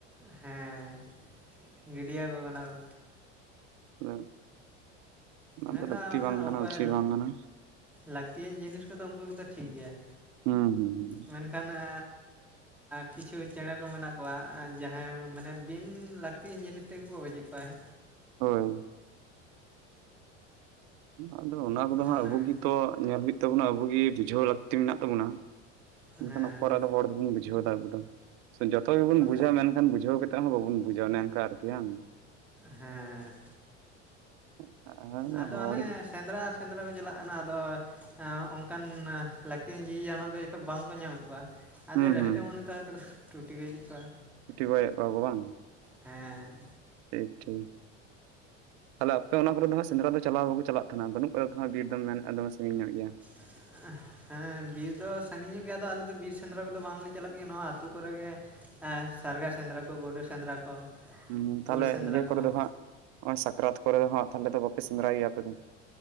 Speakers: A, in the centre; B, on the right.
A: ᱦᱮᱸ ᱜᱤᱰᱤᱭᱟ ᱠᱚ ᱠᱟᱱᱟ ᱠᱚ᱾
B: ᱚᱱᱟ
A: ᱢᱮᱱᱫᱟ
B: ᱫᱚ ᱞᱟᱹᱠᱛᱤ
A: ᱚᱱᱟ
B: ᱵᱟᱝ ᱠᱟᱱᱟ
A: ᱚᱠᱚᱭ
B: ᱩᱪᱤᱛ ᱵᱟᱝ ᱠᱟᱱᱟ
A: ᱞᱟᱹᱠᱛᱤᱭᱟᱱ ᱡᱤᱱᱤᱥ ᱠᱚᱫᱚ ᱩᱱᱠᱩ ᱠᱚᱫᱚ ᱴᱷᱤᱠ ᱜᱮᱭᱟ
B: ᱦᱩᱸ ᱦᱩᱸ
A: ᱢᱮᱱ ᱠᱷᱟᱱ ᱮ ᱠᱤᱪᱷᱩ ᱪᱮᱬᱮ ᱠᱚ ᱢᱮᱱᱟᱜ ᱠᱚᱣᱟ, ᱡᱟᱦᱟᱸᱭ ᱢᱟᱱᱮ ᱵᱤᱱ ᱞᱟᱹᱠᱛᱤᱭᱟᱱ ᱡᱤᱱᱤᱥ ᱛᱮᱜᱮ ᱠᱚ ᱜᱚᱡᱮᱫ ᱠᱚᱣᱟ ᱦᱮᱸ᱾
B: ᱦᱳᱭ ᱟᱫᱚ ᱚᱱᱟ ᱠᱚᱫᱚ
A: ᱚᱱᱟᱜᱮ
B: ᱦᱟᱸᱜ ᱟᱵᱚ ᱜᱮᱛᱚ ᱧᱮᱞ ᱦᱩᱭᱩᱜ ᱛᱟᱵᱚᱱᱟ ᱟᱵᱩ ᱜᱮ ᱵᱩᱡᱷᱟᱹᱣ ᱞᱟᱹᱠᱛᱤ ᱢᱮᱱᱟᱜ ᱛᱟᱵᱚᱱᱟ᱾
A: ᱦᱮᱸ
B: ᱢᱮᱱᱠᱷᱟᱱ ᱚᱠᱚᱨ ᱟᱫᱚ ᱦᱚᱲ ᱫᱚᱵᱚᱱ ᱵᱩᱡᱷᱟᱹᱣ ᱫᱟ ᱟᱵᱚ ᱫᱚ ᱡᱚᱛᱚ ᱜᱮᱵᱚᱱ
A: ᱚᱱᱟ
B: ᱵᱩᱡᱷᱟᱹᱣᱟ ᱢᱮᱱ ᱮᱱᱠᱷᱟᱱ ᱵᱩᱡᱷᱟᱹᱣ ᱠᱟᱛᱮᱫ ᱦᱚᱸ ᱵᱟᱵᱚᱱ ᱵᱩᱡᱟ ᱚᱱᱮ ᱚᱝᱠᱟ ᱟᱨᱠᱤ ᱦᱟᱝ?
A: ᱦᱮᱸ᱾
B: <unintelligible>
A: ᱟᱫᱚ
B: ᱦᱚᱲ
A: ᱚᱱᱮ ᱥᱮᱸᱫᱽᱨᱟ ᱟᱨ ᱥᱮᱸᱫᱽᱨᱟ ᱠᱚ ᱪᱟᱞᱟᱜ ᱠᱟᱱᱟ ᱟᱫᱚ ᱦᱮᱸ ᱚᱱᱠᱟᱱ ᱞᱟᱹᱠᱛᱤᱭᱟᱱ ᱡᱤᱣᱤ ᱟᱱ ᱚᱱᱟ ᱠᱚ ᱡᱚᱠᱷᱚᱱ ᱵᱟᱝᱠᱚ ᱧᱟᱢᱮᱫ ᱠᱚᱣᱟ ᱟᱰᱤ
B: ᱦᱩᱸ
A: ᱨᱟᱹᱥᱠᱟᱹ
B: ᱦᱩᱸ
A: ᱢᱚᱱᱮᱛᱮ ᱦᱚᱭᱛᱚᱠᱚ ᱴᱩᱴᱤ ᱜᱚᱡ ᱠᱚᱣᱟ᱾
B: ᱴᱩᱴᱤ ᱜᱚᱡ ᱮᱫ ᱠᱚᱣᱟ ᱠᱚ ᱵᱟᱝ?
A: ᱦᱮᱸ
B: ᱴᱷᱤᱠ ᱴᱷᱤᱠ ᱛᱟᱦᱞᱮ ᱟᱯᱮ ᱚᱱᱟ ᱠᱚᱨᱮᱫ ᱫᱚ ᱦᱟᱜ ᱥᱮᱸᱫᱽᱨᱟ ᱫᱚ ᱪᱟᱞᱟᱣ ᱵᱟᱠᱚ ᱪᱟᱞᱟᱜ ᱵᱟᱹᱱᱩᱜ ᱠᱟᱫᱟᱜ ᱛᱚ ᱵᱤᱨ ᱫᱚᱢ ᱢᱮᱱ ᱮᱫ ᱟ ᱫᱚᱢᱮ ᱥᱟᱺᱜᱤᱧ ᱧᱚᱜ ᱜᱮᱭᱟ᱾
A: <unintelligible> ᱦᱮᱸ ᱵᱤᱨ ᱫᱚ ᱥᱟᱺᱜᱤᱧ ᱧᱚᱜ ᱜᱮᱭᱟ ᱟᱫᱚ ᱟᱞᱮ ᱫᱚ ᱵᱤᱨ ᱥᱮᱸᱫᱽᱨᱟ ᱠᱚᱫᱚ ᱵᱟᱝᱞᱮ ᱪᱟᱞᱟᱜ ᱜᱮᱭᱟ ᱱᱚᱣᱟ ᱟᱹᱛᱩ ᱠᱚᱨᱮ ᱜᱮ ᱮᱸ ᱥᱟᱨᱜᱟᱨ ᱥᱮᱸᱫᱽᱨᱟ ᱠᱚ ᱜᱳᱰᱳ ᱥᱮᱸᱫᱽᱨᱟ ᱠᱚ
B: ᱦᱩᱸ
A: ᱛᱩᱲ
B: ᱛᱟᱦᱞᱮ
A: ᱥᱮᱸᱫᱽᱨᱟ
B: ᱤᱭᱟᱹ
A: ᱠᱚ
B: ᱠᱚᱨᱮ ᱫᱚ ᱦᱟᱸᱜ ᱱᱚᱜᱼᱚᱭ ᱥᱟᱠᱨᱟᱛ ᱠᱚᱨᱮ ᱫᱚ ᱦᱟᱸᱜ ᱛᱟᱦᱚᱞᱮ ᱫᱚ ᱵᱟᱯᱮ ᱥᱮᱸᱫᱽᱨᱟᱭ ᱜᱮᱭᱟ ᱟᱯᱮ ᱫᱚ?